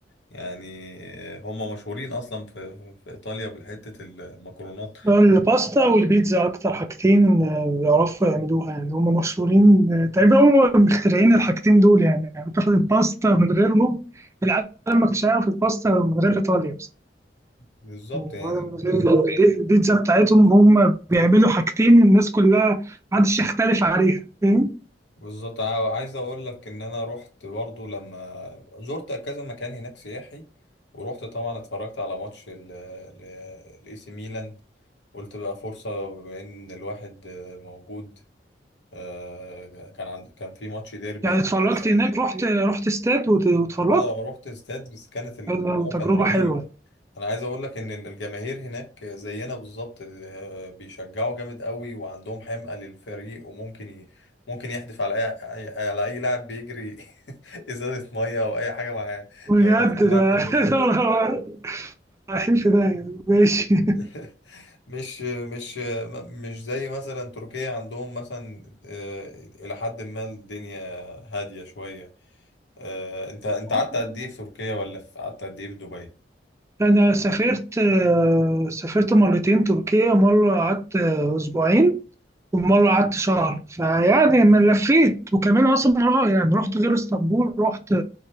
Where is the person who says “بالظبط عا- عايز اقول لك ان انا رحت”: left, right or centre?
Left